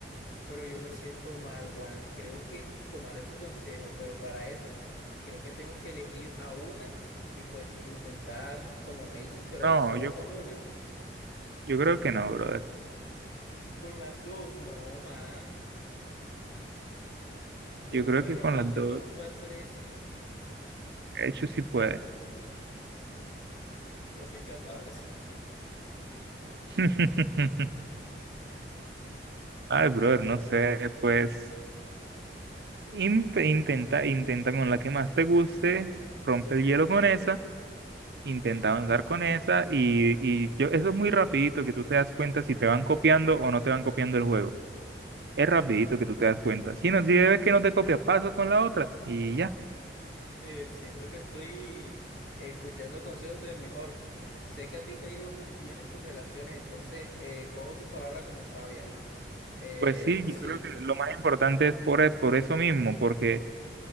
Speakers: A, on the left; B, on the right.
A: Pero yo me siento mal, Juan. Creo que tomaré tu consejo, pero para eso creo que tengo que elegir a una y pues intentar, como me dices, pero
B: No,
A: solo
B: yo,
A: con una.
B: yo creo que no, brother.
A: Con las dos, no, man. Un
B: Yo
A: hombre
B: creo que
A: romántico
B: con las dos
A: no puede hacer eso.
B: hechos sí puede.
A: No soy capaz.
B: <laughs>
A: Mm.
B: Ay, brother, no sé, pues in- intenta, intenta con la que más te guste, rompe el hielo con esa. Intenta
A: Sí.
B: avanzar con esa y, y yo, eso es muy rapidito que tú te das cuenta si te van copiando o no te van copiando el juego. Es rapidito que tú te das cuenta. Si no, si ves que no te copia, pasas con la otra y ya.
A: Eh, siento que estoy escuchando consejos del mejor. Sé que a ti te ha ido bien en tus relaciones, entonces eh, cojo tus palabras como sabia, man. Eh,
B: Pues sí,
A: sí.
B: yo creo que lo más importante es por, e- por eso mismo, porque,